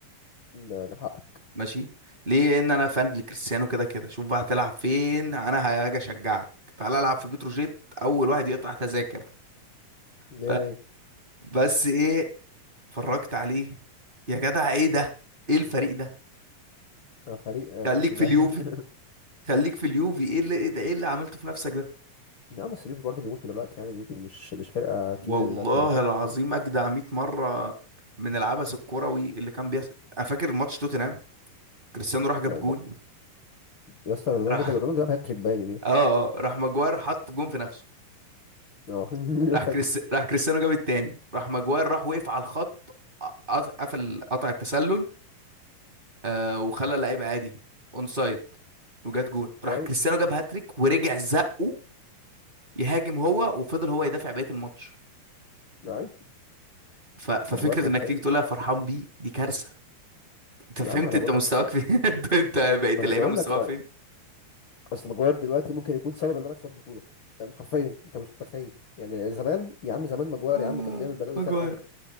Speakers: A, on the left (about 85°); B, on the right (about 25°).
A: ده كان حقك
B: ماشي ليه ان انا فان لكريستيانو كده كده شوف بقى هتلعب فين انا هاجي اشجعك تعال العب في بتروجيت اول واحد يقطع تذاكر
A: مية
B: ف-
A: مية
B: بس ايه اتفرجت عليه يا جدع ايه ده ايه الفريق ده
A: آه، فريق آه،
B: خليك
A: مالطا
B: في
A: فعلا
B: اليوفي
A: <laughs>
B: خليك في اليوفي ايه اللي ايه ده ايه اللي عملته في نفسك ده
A: نعم بس اليوفي برضه بيموتوا دلوقتي يعني اليوفي مش مش فرقة تقيلة
B: والله
A: دلوقتي يعني
B: العظيم اجدع 100 مره من العبث الكروي اللي كان بيحصل انا فاكر ماتش توتنهام كريستيانو راح جاب
A: لا
B: جون
A: ده يا اسطى رونالدو
B: راح
A: جاب رونالدو جاب هاتريك باين يوميها
B: اه اه راح ماجواير حط جون في نفسه
A: اه
B: راح
A: <laughs> فاكر
B: كريس... راح كريستيانو جاب التاني راح ماجواير راح وقف على الخط قط- قفل قطع التسلل آه وخلى اللعيبه عادي اون سايد وجات جون راح
A: ايوه
B: كريستيانو جاب هاتريك ورجع زقه يهاجم هو وفضل هو يدافع بقيه الماتش
A: ايوه
B: ف... ففكره
A: ماجوار كان
B: انك
A: سيء
B: تيجي تقولها فرحان بيه دي كارثه انت
A: يا
B: فهمت
A: عم انا
B: انت
A: بقول
B: مستواك
A: لك
B: فين <laughs> انت انت بقيت
A: ما
B: اللعيبه
A: انا بقول
B: مستواها
A: لك ما
B: فين
A: اصل ماجوار دلوقتي ممكن يكون سبب ان انا اكسب بطولة فاهم؟ حرفيا انت مش متخيل يعني زمان يا عم زمان ماجوار
B: اه
A: يا عم كان بيعمل بلاوي
B: ماجواير
A: زرقاء